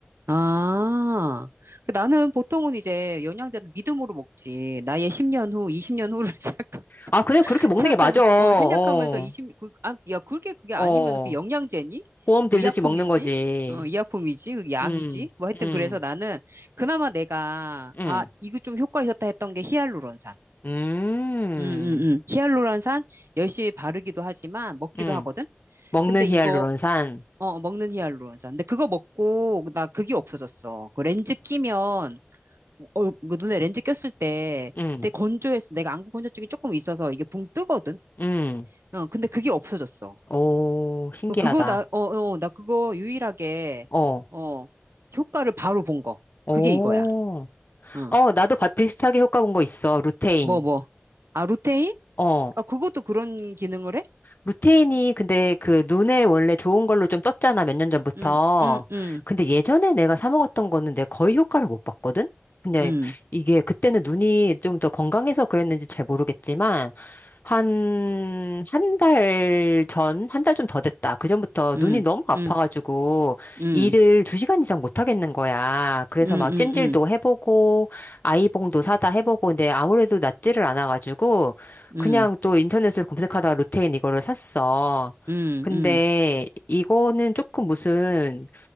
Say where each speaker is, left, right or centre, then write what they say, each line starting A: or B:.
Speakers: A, on the right; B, on the left.
A: 아. 그 나는 보통은 이제 영양제는 믿음으로 먹지. 나의 10년 후, 20년 후를 <laughs> 생각하-
B: 아, 그냥 그렇게 먹는
A: 생각하면
B: 게 맞아. 어,
A: 어, 생각하면서 20 그, 아, 야, 그게 그게 아니면
B: 어.
A: 그 영양제니?
B: 보험 들듯이
A: 의약품이지?
B: 먹는 거지.
A: 어, 의약품이지? 그 약이지?
B: 음,
A: 뭐 하여튼
B: 음,
A: 그래서 나는 그나마 내가
B: 음,
A: 아, 이거 좀 효과 있었다 했던 게 히알루론산.
B: 음,
A: 음, 음, 음. 히알루론산 열심히 바르기도 하지만 먹기도
B: 음.
A: 하거든?
B: 먹는
A: 근데
B: 히알루론산.
A: 이거, 어, 먹는 히알루론산. 근데 그거 먹고, 나 그게 없어졌어. 그 렌즈 끼면, 얼, 그 눈에 렌즈 꼈을 때
B: 음,
A: 되게 건조해서 내가 안구 건조증이 조금 있어서 이게 붕 뜨거든?
B: 음.
A: 어, 근데 그게 없어졌어.
B: 오, 신기하다.
A: 그- 그거 나, 어, 어, 나 그거 유일하게,
B: 어,
A: 어, 효과를 바로 본 거.
B: 오.
A: 그게 이거야. 어,
B: 어, 나도 바- 비슷하게 효과 본 거 있어. 루테인.
A: 뭐, 뭐. 아, 루테인?
B: 어,
A: 아, 그것도 그런 기능을 해?
B: 루테인이 근데 그 눈에 원래 좋은 걸로 좀 떴잖아, 몇 년 전부터.
A: 응, 응, 응,
B: 근데 예전에 내가 사 먹었던 거는 내가 거의 효과를 못 봤거든? 그냥
A: 응,
B: 이게 그때는 눈이 좀 더 건강해서 그랬는지 잘 모르겠지만, 한, 한 달 전, 한 달 좀 더 됐다. 그전부터
A: 응.
B: 눈이 너무 아파가지고
A: 응. 음,
B: 일을 두 시간 이상 못 하겠는 거야. 그래서
A: 음, 음,
B: 막 찜질도
A: 음,
B: 해보고, 아이봉도 사다 해보고, 근데 아무래도 낫지를 않아가지고, 그냥
A: 음,
B: 또 인터넷을 검색하다가 루테인 이거를 샀어.
A: 음,
B: 근데
A: 음,
B: 이거는 조금 무슨